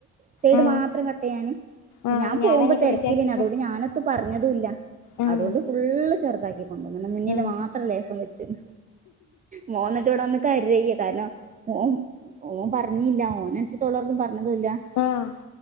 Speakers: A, on the right; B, on the left.
A: സൈഡ്
B: ആഹ് ആഹ്
A: മാത്രം കട്ട് ചെയ്യാന്
B: ആഹ്
A: ഞാൻ
B: ഞാനങ്ങനത്തെ
A: പോകുമ്പോ തിരക്കിലിനി
B: വിചാരിച്ചിക്ക്ണ്
A: അതുകൊണ്ട് ഞാനൊത്ത് പറഞ്ഞതുല്ല
B: ആഹ്
A: അതുകൊണ്ട് ഫുള് ചെറുതാക്കി കൊണ്ടുവന്നൺ മുന്നില്
B: ഉം
A: മാത്രം ത്ര ലേസം വച്ച് മോൻന്നിട്ട് ഇവിടെ വന്ന് കരയാ കാരണം ഓ ഓ പറഞ്ഞില്ല ഓനറ്റത്തോളർന്നും പറ റഞ്ഞതുല്ല
B: ആഹ്